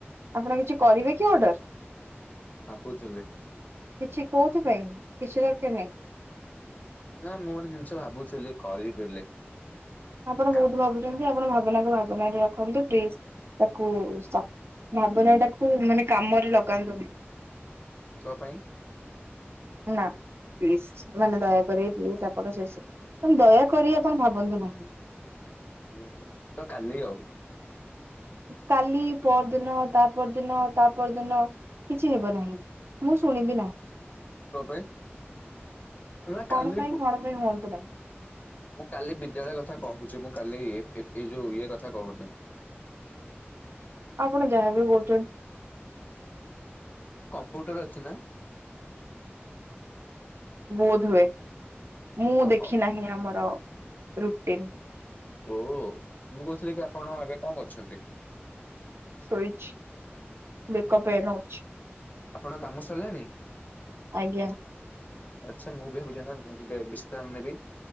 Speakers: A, on the right; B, on the left.
A: ଆପଣ କିଛି କରିବେ କି ଅର୍ଡର?
B: କାପୁ ଜିଲେ।
A: କିଛି କୋଉଥିପାଇଁ କିଛି ଦରକାର ନାହିଁ।
B: ନା ମୁଁ ଗୋଟେ ଜିନିଷ ଭାବୁଥିଲି କରିବି ବୋଲି।
A: ଆପଣ
B: କାମ
A: ବହୁତ ଭାବୁଚନ୍ତି ଆପଣ ଭାବନାକୁ ଭାବନାରେ ରଖନ୍ତୁ। ପ୍ଲିଜ୍ ତାକୁ ଭାବନାଟାକୁ ମାନେ କାମରେ ଲଗାନ୍ତୁନି।
B: ତୁଆ ପାଇଁ
A: ନା। ପ୍ଲିଜ୍ ମାନେ ଦୟାକରି ପ୍ଲିଜ ଆପଣ ଶେଷ ଦୟାକରି ଆପଣ ଭାବନ୍ତୁ ନାହିଁ।
B: ହୁଁ ତ କାଲି ଆଉ।
A: କାଲି ପର ଦିନ ତା ପର ଦିନ ତା ପର ଦିନ କିଛି ହେବ ନାହିଁ। ମୁଁ ଶୁଣିବି ନାହିଁ।
B: ତୋ ପାଇଁ ନା କାଲି
A: କଣ ପାଇଁ କଣ ପାଇଁ ହୁଅନ୍ତୁ ନାହିଁ।
B: ମୁଁ କାଲି ବିଦ୍ୟାଳୟ କଥା କହୁଚି, ମୁଁ କାଲି ଏଇ ଯୋଉ ଇଏ କଥା କହୁନି। <inaudible>
A: ଆପଣ ଯାହାବି କରୁଚନ୍ତି
B: କୋଟରେ ଅଛି ନା?
A: ବୋଧ ହୁଏ ମୁଁ
B: ହ
A: ଦେଖି
B: ହଉ
A: ନାହିଁ ଆମର ରୁଟିନ୍।
B: ଓ ମୁଁ କହୁଥିଲି ଆପଣ ଏବେ କଣ କରୁଚନ୍ତି?
A: ଶୋଇଛି ବେକ ପେଇନ ହଉଚି।
B: ଆପଣଙ୍କ କାମ ସରିଲାଣି?
A: ଜ୍ଞା।
B: ଆଚ୍ଛା ମୁଁ ବି ହେବି ଯାଇକିନା ମ ବିସ୍ତ୍ରାମ ନେବି।